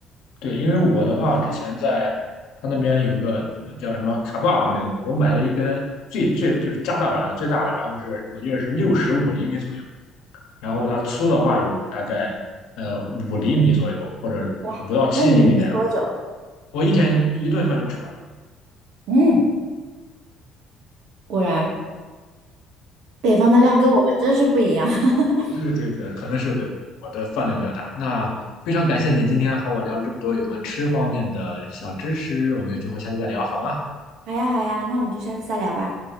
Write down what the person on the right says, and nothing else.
哇，
那你能吃多久？
嗯，果然北方的量跟我们真是不一样。<laughs>
好呀好呀，那我们就下次再聊吧。